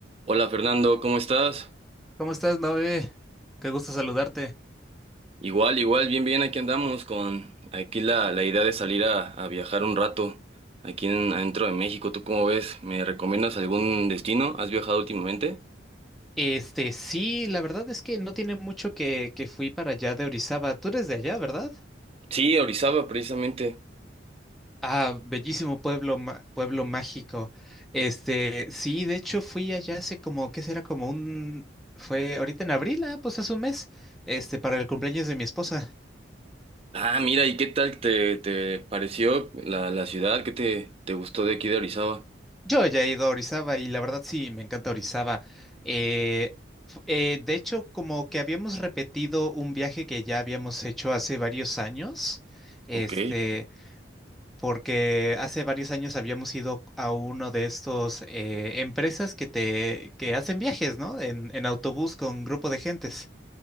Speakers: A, on the right; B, in the centre.
A: Hola Fernando, ¿cómo estás?
B: ¿Cómo estás, Nove? Qué gusto saludarte.
A: Igual, igual, bien, bien, aquí andamos con aquí la, la idea de salir a, a viajar un rato aquí en, adentro de México. ¿Tú cómo ves? ¿Me recomiendas algún destino? ¿Has viajado últimamente?
B: Este, sí, la verdad es que no tiene mucho que, que fui para allá de Orizaba. Tú eres de allá, ¿verdad?
A: Sí, a Orizaba precisamente.
B: Ah, bellísimo pueblo, ma- pueblo mágico. Este, sí, de hecho fui allá hace como, ¿qué será? Como un... Fue ahorita en abril, ah, pues hace un mes, este, para el cumpleaños de mi esposa.
A: Ah, mira, ¿y qué tal te, te pareció la, la ciudad? ¿Qué te, te gustó de aquí de Orizaba?
B: Yo ya he ido a Orizaba y la verdad sí, me encanta Orizaba. Eh, f- eh, de hecho, como que habíamos repetido un viaje que ya habíamos hecho hace varios años, este,
A: Ok.
B: porque hace varios años habíamos ido a uno de estos eh, empresas que te que hacen viajes, ¿no? En, en autobús con grupo de gentes.